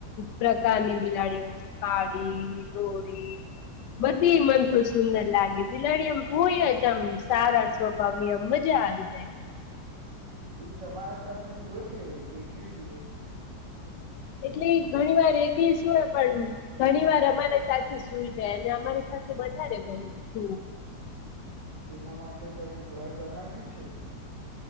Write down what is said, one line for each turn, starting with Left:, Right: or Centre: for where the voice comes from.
Left: પ્રકારની બિલાડી હોય છે. કાળી, ધોળી બધી મનેતો સુંદર લાગે બિલાડી આમ હોય જ, આમ સારા સ્વભાવની આમ મજા આવી જાય.
Right: એ તમારા સાથે સોય કે એકલી સોય?
Left: એટલી ઘણી વાર એલી સુય પણ ઘણી વાર અમારે સાથે સુઈ જાય અને અમારી વધારે ગમે તું
Right: <inaudible> એના માટે તમે ઘર બનાવ્યું છે?